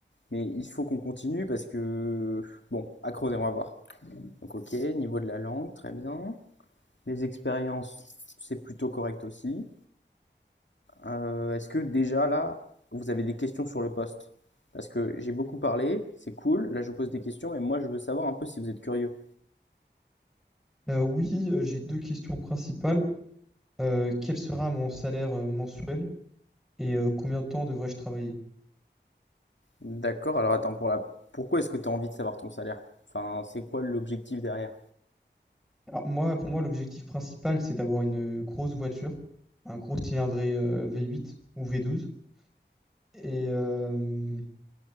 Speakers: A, on the left; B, in the centre.
A: mais il faut qu'on continue parce que, bon, à creuser, on va voir. Donc ok, niveau de la langue, très bien. Les expériences, c'est plutôt correct aussi. Euh, est-ce que déjà là, vous avez des questions sur le poste? Parce que j'ai beaucoup parlé, c'est cool, là je vous pose des questions et moi je veux savoir un peu si vous êtes curieux.
B: Euh, oui, euh, j'ai deux questions principales. Euh, quel sera mon salaire euh, mensuel et euh, combien de temps devrais-je travailler?
A: D'accord, alors attends, pour la... pourquoi est-ce que tu as envie de savoir ton salaire? Enfin, c'est quoi l'objectif derrière?
B: Alors moi, pour moi, l'objectif principal, c'est d'avoir une grosse voiture, un gros cylindré euh, V8 ou V12. Et, euh,